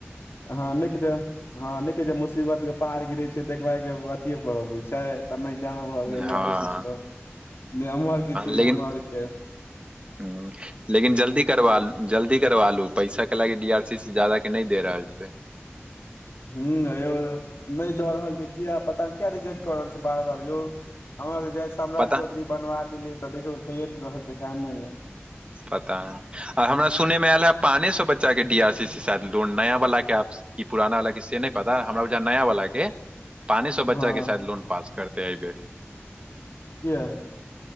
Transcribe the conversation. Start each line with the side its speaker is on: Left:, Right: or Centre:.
Left: ह नय छै हँ नय कहै छै मुसीबत के पहाड़ गिरै छै तऽ एकबागऽ अथिए पर अबै छै तैना हिते अहाँ भऽ गेल
Right: हँ
Left: अभी <unintelligible> ने एम्हर के छी
Right: लेकिन
Left: ने ओम्हर
Right: हँ लेकिन जल्दी करवा जल्दी करवा लु पैसा कैला की डी आर सी सी जादा के नय दे रहल छै
Left: हूँ हयौ नय दऽ रहल छै किया पता नै किया रिजेक्ट कऽ रहल छै बार बार यौ हमरा जेहिया स सम्राट
Right: पता
Left: चौधरी बनवा देलियै तऽ देखियौ कइये नै रहल छै कामे नै
Right: पता नय आ हमरा सुनैमे आयल हँ पाने सए बच्चा के डी आर सी सी स एत लोन नया बला के कि पुराना वला के से नय पता हमरा बुझैया नया वला के पाने सए
Left: हँ
Right: बच्चा के शायद लोन पास करते ऐइ बेर
Left: किया